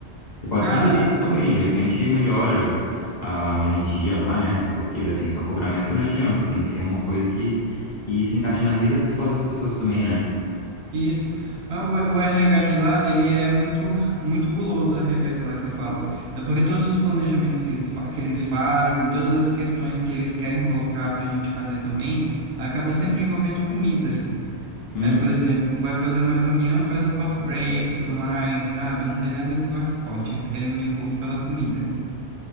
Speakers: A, on the left; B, on the right.
A: Você pode
B: Cara,
A: sugerir isso
B: o-
A: também, de repente melhora a energia lá, né? Porque, assim, só cobrar meta não adianta, tem que ser uma coisa que, que se encaixa na vida pessoal das pessoas também, né?
B: isso. Mas O, o RH de lá, ele é muito, muito guloso, o RH de lá que eu falo. É porque todos os planejamentos que eles, fa- que eles fazem, todas as questões que eles querem colocar para a gente fazer também, acaba sempre envolvendo comida.
A: Hum,
B: Aí, por exemplo, vai fazer uma reunião, faz um coffee break e tudo mais, sabe? Não tem nada desse negócio de esporte. Eles querem unir o povo pela comida.